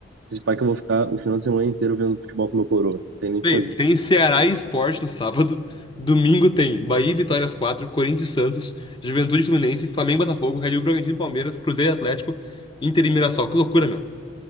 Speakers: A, on the right (about 70°); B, on the left (about 25°).
A: Esse pai que eu vou ficar o final de semana inteiro vendo futebol com meu coroa. Não tem nem o
B: Velho,
A: que fazer.
B: tem Ceará e Sport no sábado. Domingo tem Bahia e Vitória às quatro, Corinthians e Santos, Juventude e Fluminense, Flamengo e Botafogo, Red Bull e Bragantino e Palmeiras, Cruzeiro e Atlético, Inter e Mirassol. Que loucura, meu.